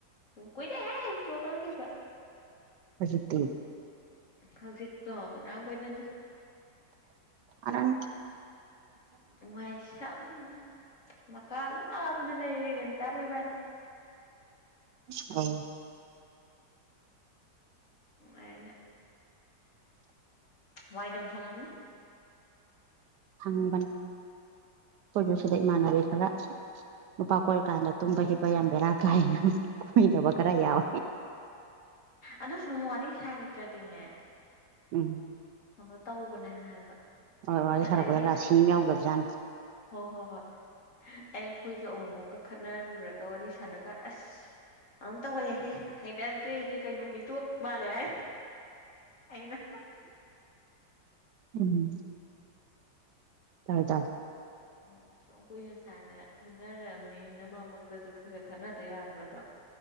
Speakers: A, on the left; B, on the right.
A: ꯀꯣꯏꯗ ꯇ ꯀ
B: ꯍꯧꯖꯤꯠꯇꯤ
A: ꯍꯧꯖꯤ ꯇꯒ ꯅꯪ ꯀꯣꯏꯅꯗꯤ
B: ꯑꯅꯝ
A: ꯃꯥꯏꯁꯪꯅ ꯃꯀꯥ ꯂꯥꯞꯅ ꯂꯩꯔꯤ ꯔꯔꯤꯦꯝꯇꯥ ꯃꯣꯏꯕꯥꯅꯤ
B: ꯑ
A: ꯑꯩꯅ ꯋꯥꯏꯗꯝ ꯁꯥꯉꯝꯅꯦ
B: ꯈꯥꯡꯕꯜ ꯑꯩꯈꯣꯏꯁꯨ ꯁꯤꯗ ꯏꯃꯥꯟꯅꯕꯤ ꯈꯔ ꯅꯨꯄꯥ ꯀꯣꯏꯔ ꯀꯥꯟꯗ ꯇꯨꯝꯕ ꯍꯤꯞꯄ ꯌꯥꯝ ꯕꯦꯔꯥ ꯀꯥꯏ ꯌꯥꯝ ꯀꯨꯝ ꯇꯕ ꯀ꯭ꯔ ꯌꯥꯎ
A: ꯑꯗꯣ ꯁꯣꯃꯋꯥꯔꯤ ꯆꯒꯤꯇ꯭ꯔꯦ ꯑꯗꯨꯟꯅꯦ
B: ꯎꯝ
A: ꯀꯅ ꯇꯧꯕꯅꯦ ꯍꯥꯏꯕ
B: ꯍꯣꯏ ꯋꯥꯔꯤ
A: ꯑꯗꯒꯤ
B: ꯁꯥꯔꯛꯄꯗ ꯔꯥꯁꯤ ꯑꯃ ꯌꯥꯎꯗꯕꯖꯥꯠꯅꯤ
A: ꯍꯣ ꯍꯣ ꯍꯣꯏ ꯑꯩ ꯑꯩꯈꯣꯏꯁꯨ ꯑꯃꯨꯃꯨꯛꯀ ꯈꯠꯅꯔꯨꯔꯒ ꯋꯥꯔꯤ ꯁꯥꯟꯅꯒꯥꯟ ꯑꯁ ꯑꯗꯨꯝ ꯇꯧꯕꯍꯦꯍꯦ ꯍꯩꯅꯗ꯭ꯔꯦꯍꯦ ꯀꯩꯅꯣ ꯃꯤꯇꯣꯞ ꯃꯥꯜꯂꯦ ꯍꯥꯏ ꯑꯩꯅ
B: ꯎꯝ ꯇꯥꯏ ꯇ
A: ꯎꯝ ꯁꯨꯝ ꯀꯨꯏꯅ ꯁꯥꯡꯅ ꯈꯪꯅꯔꯑꯕꯅꯤ ꯅꯃꯃꯛꯇꯁꯨ ꯈꯔ ꯈꯔ ꯈꯠꯅꯗ ꯌꯥꯕ꯭ꯔꯥꯗꯣ